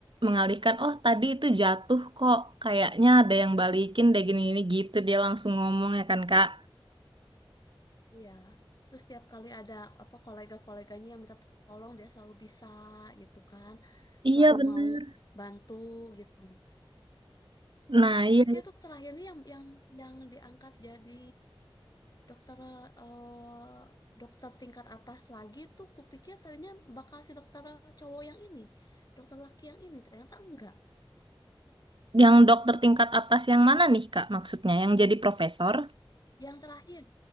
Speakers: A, on the right; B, on the left.
A: mengalihkan, oh tadi itu jatuh kok, kayaknya ada yang balikin deh gini-gini gitu. Dia langsung ngomong ya kan, Kak.
B: iya terus setiap kali ada apa kolega-koleganya yang minta tolong dia selalu bisa gitu kan
A: Iya
B: selalu
A: bener.
B: mau bantu gitu
A: Nah,
B: kupikir
A: iya.
B: itu terakhir ini yang yang yang diangkat jadi dokter eh, dokter tingkat atas lagi tuh kupikir tadinya bakal si dokter cowok yang ini dokter laki yang ini ternyata enggak
A: Yang dokter tingkat atas yang mana nih, Kak, maksudnya? Yang jadi profesor?
B: Yang terakhir,